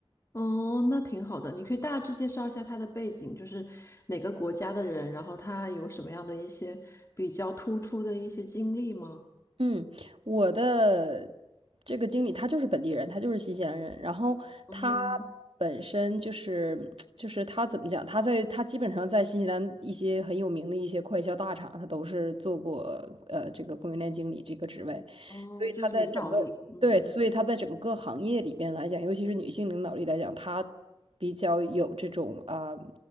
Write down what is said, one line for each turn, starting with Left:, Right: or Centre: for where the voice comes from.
Left: 哦，那挺好的。你可以大致介绍一下他的背景，就是哪个国家的人，然后他有什么样的一些比较突出的一些经历吗？
Right: 嗯，我的这个经理他就是本地人，他就是新西兰人，然后他
Left: 哦，
Right: 本身就是就是他怎么讲，他在他基本上在新西兰一些很有名的一些快销大厂，他都是做过呃这个供应链经理这个职位，
Left: 哦，
Right: 所以他在整个对，
Left: 就是领导力，嗯，
Right: 所以他在整个行业里边来讲，尤其是女性领导力来讲，他比较有这种啊